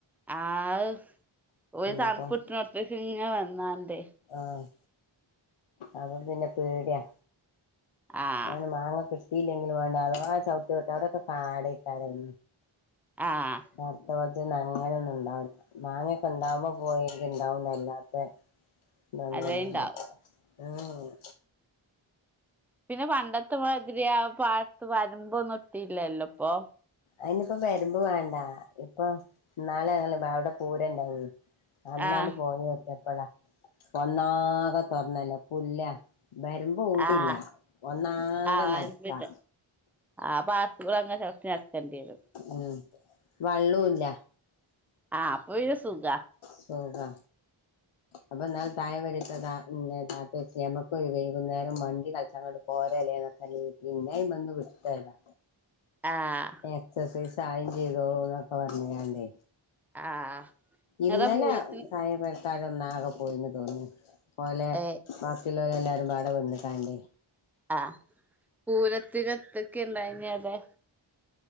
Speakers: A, in the centre; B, on the left (about 80°).
A: ആഹ് ഓര് തണുപ്പ്
B: അപ്പം
A: കിട്ട്ണോട്ത്ത്ക്ക് ഇങ്ങനെ വന്നാ ണ്ടേ
B: ആഹ് അപ്പം പിന്നെ പേടിയാ
A: ആഹ്
B: അങ്ങനെ മാങ്ങക്കെ കിട്ടി ല്ലെങ്കിലും വേണ്ട അഥവാ ചവ് ട്ട്‌ല് പെട്ടാ അവിടൊക്കെ കാട് എക്കാരം
A: ആഹ്
B: <unintelligible> ഞനൊന്നും ഉണ്ടാവില്ല മാങ്ങക്ക് ഉണ്ടാവകുമ്പോൾ പോയ ഉണ്ടാവുന്ന അല്ലാത്ത ത ഒന്നും
A: അല്ലേണ്ടാവും
B: ഇല്ലാണ്ട് ഉം ഉം
A: പിന്നെ പണ്ടത്തെമാതിരി ആ പാടത്ത് വരുമ്പോന്നും ഇട്ടില്ലല്ലോ ഇപ്പൊ
B: അതിനപ്പോ വരുമ്പ് വേണ്ട ഇപ്പൊ നാളെ ഞങ്ങള് അവിടെ പൂരണ്ടായി നി അന്നാണ്ട്
A: ആഹ്
B: പോയി നോക്കിയാപ്പളാ ഒന്നാകെ തൊറന്നല്ല പുല്ലാ വരമ്പ് ഇപ്പോ ഔടില്ല
A: ആഹ്
B: ഒന്നാകെ
A: ആഹ് വരമ്പില്ല
B: നടത്താ
A: ആ പാട്ത്ത് കൂടെ അങ്ങനെ ചൗട്ടി നടക്കേണ്ടി വരും
B: ഉം വള്ളും ഇല്ല
A: ആഹ് അപ്പൊ പിന്നെ സുഖ
B: സുഖാ
A: <unintelligible>
B: അപ്പൊ <unintelligible> നമ്മക്ക് വൈകുന്നേരം മണ്ടി കളിച്ചാ പോരല്ലേന്ന് ഒക്കെ പിന്നെ അയ്മന്ന് വിട്ട് പോയതാ
A: ആഹ്
B: എക്സസൈസ് ആയിം ചെയ്തോളൂ എന്നൊക്കെ പറഞ്ഞാണ്ടേ
A: ആഹ് ഇങ്ങളെ
B: ഇന്നലെ
A: പൂരത്തിന്
B: താഴെപെരക്കാര് ഒന്നാകെ പോയിന്ന് തോന്ന്ണ്ട് പോലെ
A: ഏഹ്
B: വാക്കിള്ളോല് എല്ലാവരും പാട വന്ന് ക്കാണ്ട്
A: ആഹ് പൂരത്തിന് എത്തൊക്കെ ഉണ്ടായി നി ആടെ